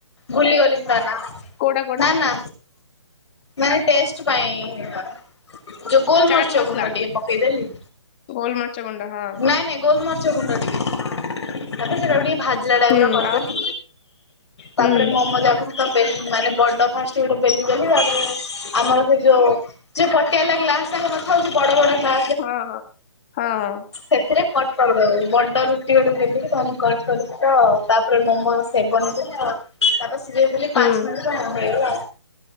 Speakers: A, on the left; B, on the left.
A: ବୁଲିଗଲି ତ ନା
B: କୋଉଟା କୋଉଟା
A: ନା ନା। ମାନେ ଟେଷ୍ଟ ପାଇଁ। ଯୋଉ ଗୋଲମରିଚ
B: ଚାଟ୍ ମସଲା
A: ଗୁଣ୍ଡ ଟିକେ ପକେଇଦେଲି।
B: ଗୋଲମରିଚ ଗୁଣ୍ଡ ହଁ
A: ନାଇଁ ନାଇଁ ଗୋଲମରିଚ ଗୁଣ୍ଡ ଟିକେ। ତା ପରେ ସେଟାକୁ ଟିକେ ଭାଜିଲା ଟାଇପ
B: ହୁଁ
A: ର କରିଦେଲି
B: ଆଉ
A: ତାପରେ
B: ହୁଁ
A: ମୋମୋ ଯାକ ମୁ ତ ବେଲି ମାନେ ବଡ ଫାଷ୍ଟ ଗୋଟେ ବେଲି ଦେଲି ତାପରେ ଆମର ସେ ଯୋଉ ସେ ପଟି ବାଲା ଗ୍ଲାସ୍ ସଙ୍ଗେ କଥା ହଉଚି ବଡ ବଡ ତା
B: ହଁ ହଁ ହଁ
A: ସେଥିରେ କଟ କରିଦେବ ଦବ ବଡ ରୁଟି ଗୋଟେ ବେଲି ତମେ କଣ କରି ତ ଆଉ ତାପରେ ମୋମୋ ସେବନେଇଦେଲ। ତାପରେ ସିଝେଇ ଦେଲି
B: ହୁଁ
A: ପାଞ୍ଚ ମିନିଟ ହେଇଗଲାଉ।